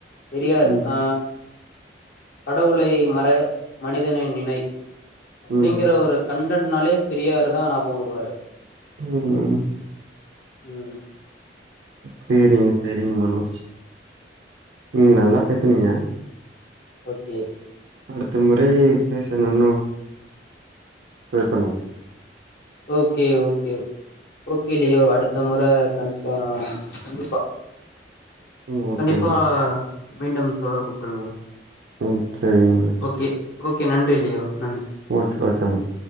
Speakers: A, on the left; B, on the right.
A: பெரியார்
B: ம்
A: ஆ கடவுளை மர மனிதனை நினை அப்டிங்கிற
B: ம்
A: ஒரு கண்டன்ட்னாலே பெரியாரு தா ஞாபோ வருவாரு
B: ம்
A: ம்
B: சேரிங்க செரிங்க மனோஜ் ம் நல்லா பேசுனீங்க
A: ஓகே
B: அடுத்த முறை பேசணுன்னா தவக்கணும்
A: ஓகே ஓகே ஓகே லியோ அடுத்த மொற கண்ப்பா கண்டிப்பா
B: ம் ஓகே
A: கண்டிப்பா
B: மனோஜ்
A: மீண்டும் தொடர்பு கொள்வோம்
B: ம் சரிங்க மனோஜ்
A: ஓகே ஓகே நன்றி லியோ நன்
B: ஓகே ஓகே மேம்